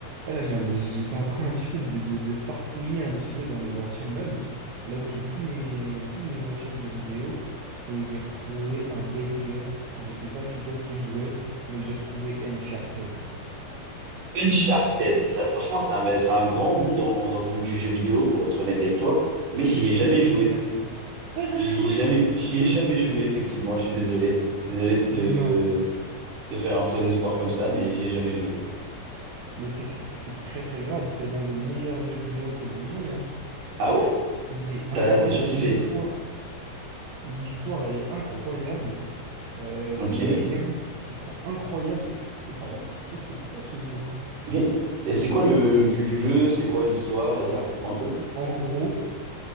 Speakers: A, on the right (about 75°); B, on the right (about 55°).
A: Eh, Là, je viens de- j'étais en train un petit peu de, de- de farfouiller un petit peu dans mes anciens meubles, là où j'ai tous mes, tous mes anciens jeux vidéo, et j'ai retrouvé un banger. Je sais pas si toi t'y jouais, mais j'ai retrouvé Uncharted.
B: Uncharted, ça, franchement, c'est un, c'est un grand nom dans, dans le monde du jeu vidéo, pour être honnête avec toi, mais
A: Est-ce
B: j'y
A: que, est-ce
B: ai jamais
A: que tu
B: joué.
A: te l'es cassé? T'as jamais
B: J'y
A: joué?
B: ai jamais, j'y ai jamais joué, effectivement, je suis désolé. Désolé de te,
A: Mais non.
B: te faire un faux espoir comme ça, mais j'y ai jamais joué.
A: Mais tu sais que c'est c'est très très grave, c'est l'un des meilleurs jeux vidéo auxquels j'ai joué, hein.
B: Ah ouais?
A: Il est
B: T'as,
A: incroyable,
B: t'as surkiffé.
A: l'histoire. L'histoire, elle est incroyable. Euh,
B: Ok,
A: les mécaniques, elles sont incroyables. C'est c'est trop, je te jure, c'est trop ce jeu.
B: ok. Et c'est quoi le, le but du jeu? C'est quoi l'histoire? Vas-y, raconte-moi un peu.
A: En gros,